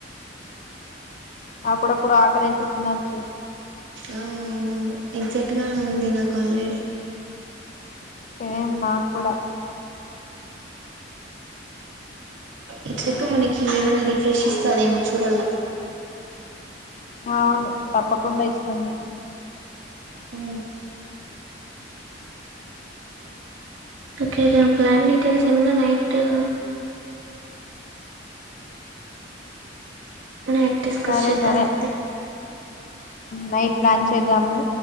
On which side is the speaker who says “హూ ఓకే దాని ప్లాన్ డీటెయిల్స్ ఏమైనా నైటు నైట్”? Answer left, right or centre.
Right